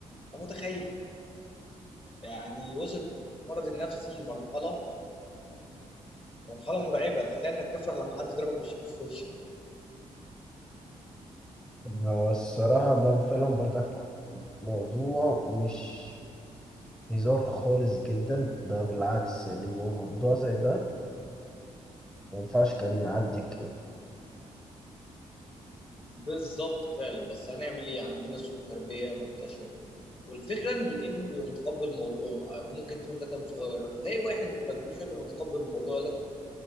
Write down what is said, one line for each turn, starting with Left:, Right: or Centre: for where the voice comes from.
Left: فمتخيل يعني وصل المرض النفسي لمرحله مرحله مرعبه تخيل انك تفرح لما حد يضربك بالشاكوش في وشك
Centre: هو الصراحة ده فعلا برضك موضوع مش هزار خالص جدا ده بالعكس يعني موضوع زي ده ما ينفعش كان يعدي كده
Left: بالظبط فعلا بس هنعمل ايه عندنا سوء تربيه منتشر والفكره ان الابن بيبقى متقبل الموضوع آه، ممكن تقول ده كان صغير تلاقي واحد بيبقى كبير شويه بيبقى متقبل الموضوع يقول لك